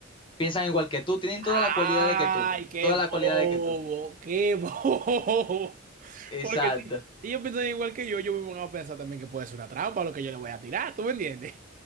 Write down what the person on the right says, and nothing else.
¡Ay,
qué
bobo!
¡Qué bobo!
Porque si, si ellos piensan igual que yo, yo me voy a pensar también que puede ser una trampa lo que yo le voy a tirar. ¿Tú me entiendes?